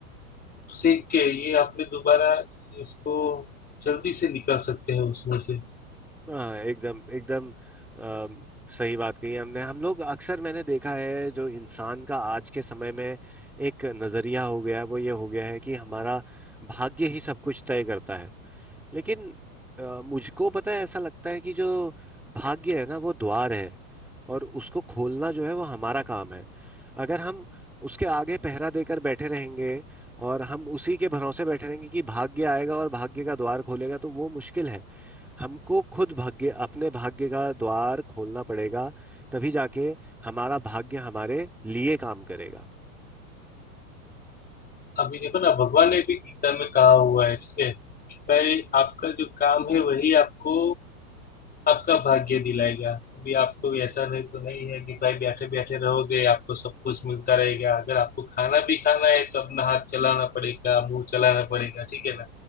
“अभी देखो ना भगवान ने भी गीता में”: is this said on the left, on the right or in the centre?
Left